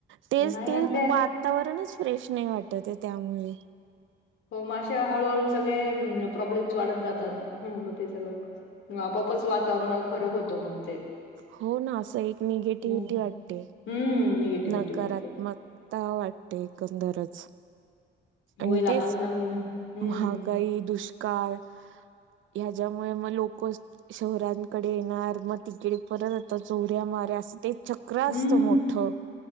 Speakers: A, on the right; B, on the left.
A: तेच
B: नाही
A: ते
B: आणि
A: मा वातावरणच फ्रेश नाही वाटत आहे त्यामुळे.
B: हो म अशा हळूहळू सगळे प्रॉब्लेम्स वाढत जातात म ते सगळं. हम्म आपोपच वातावरणा फरक होतो मग ते.
A: हो ना असं एक निगेटिव्हटी
B: हं.
A: वाटते
B: हं. निगेटिव्हिटी
A: नकारात्मक
B: वाढते.
A: ता वाटते एकंदरच
B: होईल
A: आणि
B: आपण
A: तेच
B: पण हं.
A: महागाई, दुष्काळ ह्याज्यामुळे मग लोकस शहरांकडे येणार मतिकडे परत आता चोऱ्या मार्या असं ते च क्रा असतो
B: हं.
A: मोठं